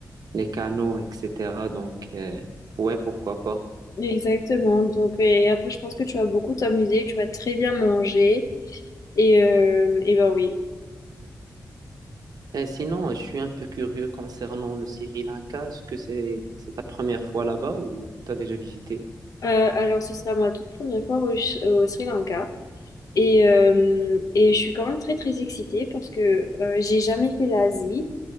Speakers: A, on the right; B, on the left.
A: les canaux, etc. Donc, euh, ouais, pourquoi pas.
B: Exactement. Donc, et après, je pense que tu vas beaucoup t'amuser, tu vas très bien manger. Et, euh, et ben oui.
A: Et sinon, je suis un peu curieux concernant le Sri Lanka. Est-ce que c'est c'est ta première fois là-bas ou t'as déjà visité?
B: Euh, alors, ce sera ma toute première fois au, Ch- au Sri Lanka. Et, euh, et je suis quand même très très excitée parce que euh, j'ai jamais fait l'Asie